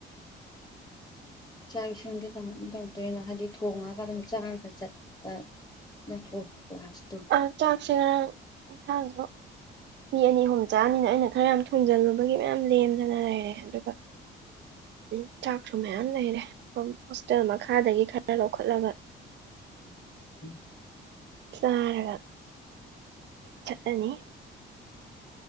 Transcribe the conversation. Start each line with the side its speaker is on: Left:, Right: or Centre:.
Left: ꯆꯥꯛ ꯏꯁꯤꯡꯗꯤ ꯀꯃꯥꯏꯅ ꯇꯧꯗꯣꯏꯅꯣ ꯍꯥꯏꯗꯤ ꯊꯣꯡꯉꯒ ꯑꯗꯨꯝ ꯆꯥꯔꯒ ꯆꯠꯄ ꯅꯠꯇ꯭ꯔꯣ ꯀ꯭ꯂꯥꯁ
Right: ꯑꯥ ꯆꯥꯛꯁꯦ ꯉꯔꯥꯡ ꯏꯟꯁꯥꯡꯁꯨ ꯃꯤ ꯑꯅꯤ ꯑꯍꯨꯝ ꯆꯥꯅꯤꯅ ꯑꯩꯅ ꯈꯔ ꯌꯥꯝ ꯊꯣꯡꯖꯜꯂꯨꯕꯒꯤ ꯃꯌꯥꯝ ꯂꯦꯝꯗꯅ ꯂꯩꯔꯦ ꯑꯗꯨꯒ ꯎꯝ ꯆꯥꯛꯁꯨ ꯃꯌꯥꯝ ꯂꯩꯔꯦ ꯍꯣꯁꯇꯦꯜ ꯃꯈꯥꯗꯒꯤ ꯈꯔ ꯂꯧꯈꯠꯂꯒ
Left: ꯎꯝ
Right: ꯆꯥꯔꯒ ꯆꯠꯂꯅꯤ